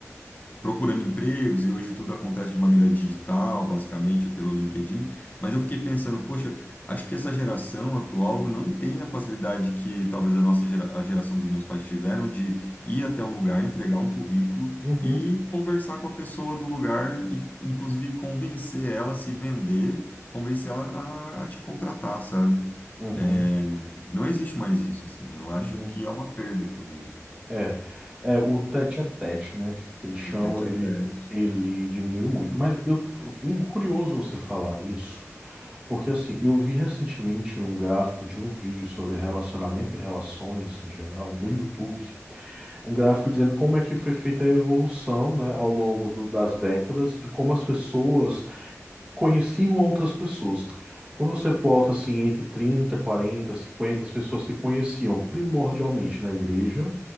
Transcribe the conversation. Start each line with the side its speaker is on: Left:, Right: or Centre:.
Left: procurando empregos e hoje tudo acontece de maneira digital, basicamente pelo LinkedIn. Mas eu fiquei pensando, poxa, acho que essa geração atual não tem a facilidade que talvez a nossa gera- a geração dos meus pais tiveram de ir até um lugar, entregar um currículo
Right: Uhum.
Left: e conversar com a pessoa do lugar e, inclusive, convencer ela a se vender, convencer ela a, a te contratar, sabe?
Right: Uhum.
Left: É, não existe mais isso, assim. Eu acho
Right: Uhum.
Left: que é uma perda, inclusive.
Right: É. É o tete a tete, né? Que eles chamam,
Left: O tete
Right: ele,
Left: a tete.
Right: ele diminuiu muito. Mas eu, em- curioso você falar isso. Porque assim, eu vi recentemente um gráfico de um vídeo sobre relacionamento e relações no geral no YouTube. Um gráfico dizendo como é que foi feita a evolução, né, ao longo do- das décadas, de como as pessoas conheciam outras pessoas. Quando você bota assim entre 30, 40, 50 as pessoas se conheciam primordialmente na igreja,